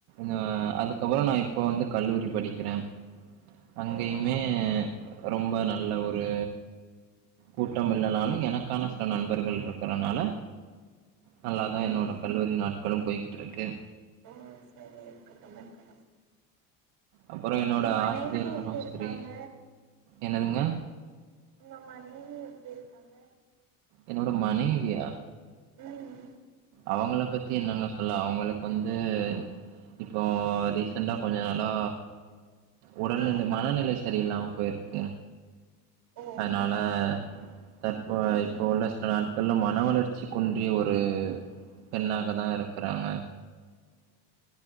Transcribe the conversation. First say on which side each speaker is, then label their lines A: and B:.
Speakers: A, on the right (about 65°); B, on the right (about 50°).
A: நா அதுக்கப்றோ நா இப்போ வந்து கல்லூரி படிக்கிறே அங்கயுமே
B: ஓ சரி
A: ரொம்ப நல்ல ஒரு கூட்டமில்லனாலு என் எனக்கான சில நண்பர்கள் இருக்றனால நல்லாதா
B: ம்
A: என்னோட கல்லூரி நாட்களு போய்கிட்ருக்கு
B: ஒ சரி இருக்கட்டும் இருக்கட்
A: அப்றோ என்னோட
B: மனைவி
A: ஆசிரியர்களு
B: எப்டி இருக்காங்க
A: சரி என்னதுங்க
B: உங்க மனைவி எப்டி இருக்காங்க
A: என்னோட மனைவியா
B: ம்
A: அவங்களப் பத்தி என்னங்க சொல்ல அவங்களுக்கு வந்து இப்போ ரீசண்டா கொஞ்ச நாளா உடல்நிலை
B: ஆ
A: மனநிலைச் சரியில்லாம போயிருக்கு
B: ஓ
A: அதனால தற்போயிப்
B: ம்
A: இப்போ உள்ள சில நாட்கள்ல மன வளர்ச்சிக்குன்றிய ஒரு பெண்ணாகதா இருக்கறாங்க
B: <inaudible>